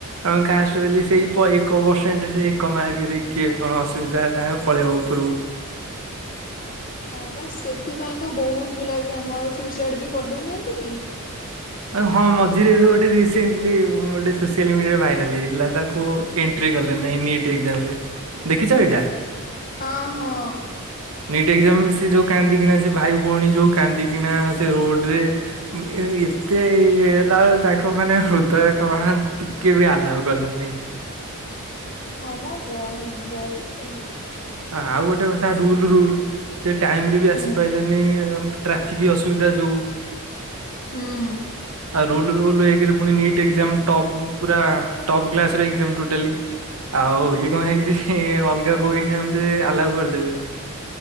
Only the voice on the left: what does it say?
ହଁ ବାସ ସେଥିପାଇଁ ତ ବହୁତ ପିଲା ବି ଆମର ସୁଇସାଇଡ ବି କରିଦଉନାହାନ୍ତି କି।
ହଁ ହଁ।
ହଁ ବା ବ ବହୁତ ଇ ହଉଛି।
ହୁଁ
ହୁଁ।